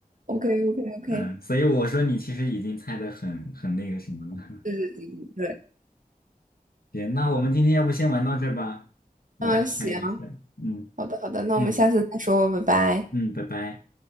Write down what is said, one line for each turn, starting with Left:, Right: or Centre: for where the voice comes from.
Right: OK OK
Left: <laughs>
Right: OK，
Left: 嗯，所以我说你其实已经猜得很很那个什么了。
Right: 对对对对
Left: <laughs> 行，那我们今天要不先玩到这儿吧，我待会儿还有点事儿。
Right: 嗯，行，
Left: 嗯
Right: 好的，好的，那我们下次再说吧，
Left: 嗯
Right: 拜拜。
Left: 嗯，拜拜。